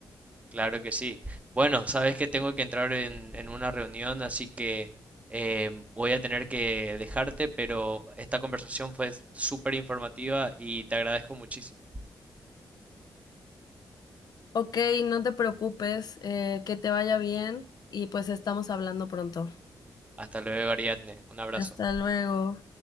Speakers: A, on the right (about 20°); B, on the left (about 65°).
A: Claro que sí. Bueno, sabes que tengo que entrar en, en una reunión, así que em, voy a tener que dejarte, pero esta conversación fue súper informativa y te agradezco muchísimo.
B: Ok, no te preocupes, eh, que te vaya bien y pues estamos hablando pronto.
A: Hasta luego, Ariadne. Un abrazo.
B: Hasta luego.